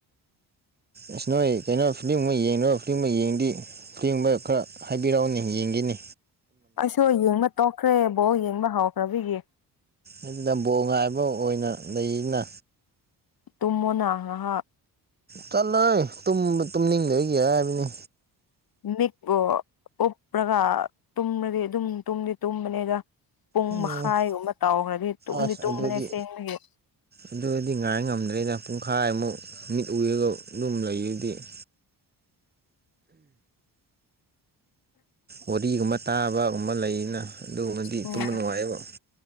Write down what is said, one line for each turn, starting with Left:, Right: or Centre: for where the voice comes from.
Right: ꯏꯁ ꯅꯣꯏ ꯀꯩꯅꯣ ꯐꯤꯂꯝ ꯑꯃ ꯌꯦꯡꯗꯣꯏ ꯐꯤꯂꯝ ꯑꯃ ꯌꯦꯡꯗꯤ ꯐꯤꯂꯝꯃ ꯈꯔ ꯍꯥꯏꯕꯤꯔꯛꯎꯅꯤ ꯌꯦꯡꯈꯤꯅꯤ
Left: ꯑꯩꯁꯨ ꯌꯦꯡꯕ ꯇꯣꯛꯈ꯭ꯔꯦꯕꯣ ꯌꯦꯡꯕ ꯍꯧꯥꯎꯈ꯭ꯔꯕꯤꯒꯤ
Right: ꯑꯗꯨꯅ ꯕꯣ ꯉꯥꯏꯕ ꯑꯣꯏꯅ ꯂꯩꯅ
Left: ꯇꯨꯃꯅ ꯍꯥ
Right: ꯆꯠꯂꯣꯏ ꯇꯨꯝꯅꯤꯡꯗꯒꯤ ꯍꯥꯏꯕꯅꯤ
Left: ꯃꯤꯛꯄꯨ ꯎꯞꯔꯒ ꯇꯨꯝꯕꯗꯤ ꯑꯗꯨꯝ ꯇꯨꯝꯗꯤ ꯇꯨꯝꯕꯅꯤꯗ ꯄꯨꯡ
Right: ꯎꯝ
Left: ꯃꯈꯥꯏꯒꯨꯝꯕ ꯇꯥꯎꯈ꯭ꯔꯗꯤ ꯇꯨꯝꯗꯤ
Right: ꯑꯁ
Left: ꯇꯨꯝꯕꯅꯦ
Right: ꯑꯗꯨꯗꯤ
Left: ꯁꯦꯡꯒꯤ
Right: ꯑꯗꯨꯗꯤ ꯉꯔ ꯉꯝꯗ꯭ꯔꯦꯗ ꯄꯨꯡꯈꯥꯏꯃꯨꯛ ꯃꯤꯠ ꯎꯏꯔꯒ ꯑꯗꯨꯝ ꯂꯩꯔꯗꯤ꯫ <inaudible> ꯋꯥꯔꯤꯒꯨꯝꯕ ꯇꯥꯕꯒꯨꯝꯕ ꯂꯩꯅ ꯑꯗꯨꯒꯨꯝꯕꯗꯤ
Left: ꯎꯝ
Right: ꯇꯨꯝꯕ ꯅꯨꯡꯉꯥꯏꯌꯦꯕ꯫